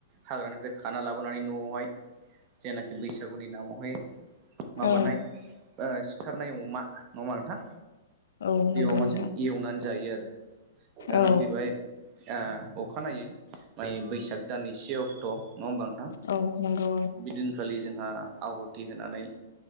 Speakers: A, on the right (about 30°); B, on the left (about 80°).
A: हाग्रानिफ्राय खाना लाबोनानै न'आवहाय जेनाखि बैसागुनि नामावहाय माबानाय
B: औ
A: सिथारनाय अमा नङा होमबा नोंथां
B: औ
A: बे
B: नंगौ
A: अमाजों
B: नोंथां
A: एवनानै जायो आरो दाना
B: औ
A: फैबाय ओ अखानायै माय बैसा ग दानै से अक्ट' नङा होमबा नोंथां?
B: औ नंगौ
A: बिदिनखालि जोंहा आहथि होनानै